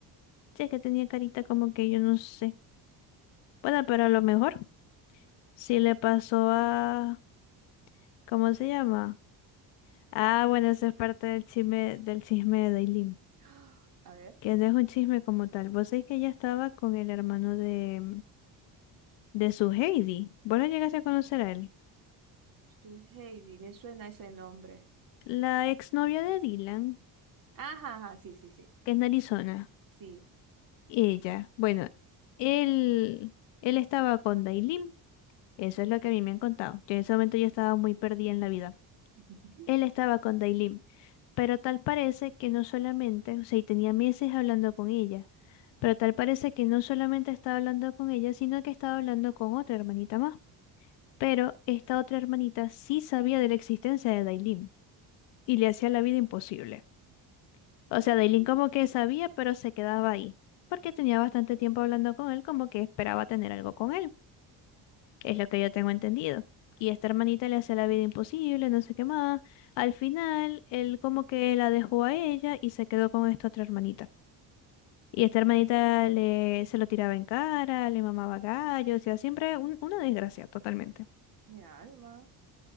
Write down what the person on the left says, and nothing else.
che, que tenía carita como que yo no sé. Bueno, pero a lo mejor. Sí le pasó a. ¿Cómo se llama? Ah, bueno, esa es parte del chisme, del chisme de Dailin.
Que no es un chisme como tal. Vos sabés que ella estaba con el hermano de, de su Heidi. ¿Vos lo llegaste a conocer a él?
La exnovia de Dylan,
que es de Arizona,
ella, bueno, él, él estaba con Dailin, eso es lo que a mí me han contado. Yo en ese momento yo estaba muy perdida en la vida.
Él estaba con Dailin, pero tal parece que no solamente, o sea, y tenía meses hablando con ella, pero tal parece que no solamente estaba hablando con ella, sino que estaba hablando con otra hermanita más. Pero esta otra hermanita sí sabía de la existencia de Dailin y le hacía la vida imposible. O
sea, Dailin como que sabía, pero se quedaba ahí, porque tenía bastante tiempo hablando con él, como que esperaba tener algo con él, es lo que yo tengo entendido. Y esta hermanita
le hace la vida imposible, no sé qué más. Al final, él como que la dejó a ella y se quedó con esta otra hermanita. Y esta
hermanita le, se lo tiraba en cara, le mamaba gallo, o sea, siempre un- una desgracia totalmente.